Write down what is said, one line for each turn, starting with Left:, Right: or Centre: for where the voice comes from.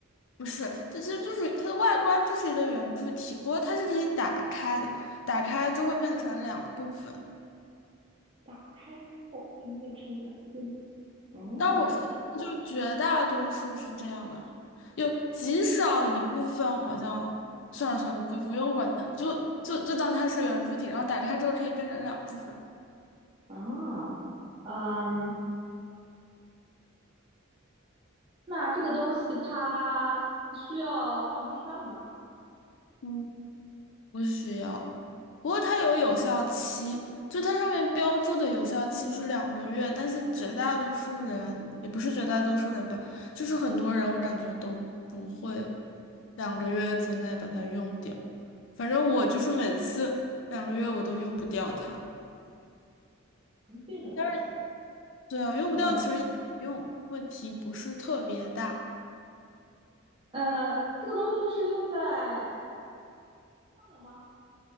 Left: 不是，它其实就是它的外观就是一个圆柱体，不过它是可以打开的，打开就会变成两部分。
Right: 打开之后会变成两部分。哦，
Left: 当然我说的就绝大多数是这样的，有极少一部分好像算了算了，不不用管它，就就就当它是圆柱体，然后打开之后可以变成两部分。
Right: 啊，嗯，那这个东西它需要放冰箱里吗？
Left: 嗯。不需要，不过它有有效期，就它上面标注的有效期是两个月，但是绝大多数人，也不是绝大多数人吧，就是很多人我感觉都不会两个月之内把它用掉。反正我就是每次两个月我都用不掉它。
Right: 两个月的东西，
Left: 但是对啊，用不掉其实也没用，
Right: 嗯，
Left: 问题不是特别大。
Right: 呃，这个东西是用在上的吗？